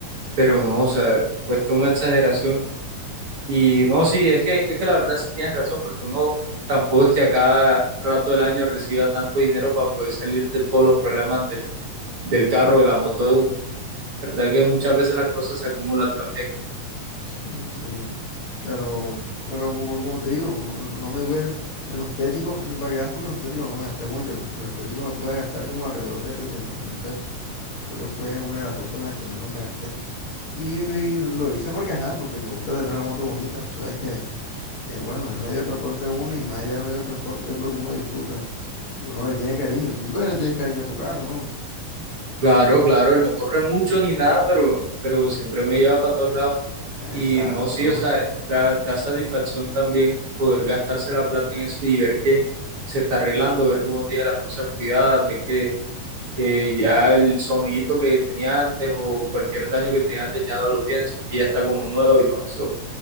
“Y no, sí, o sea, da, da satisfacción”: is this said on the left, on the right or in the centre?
Right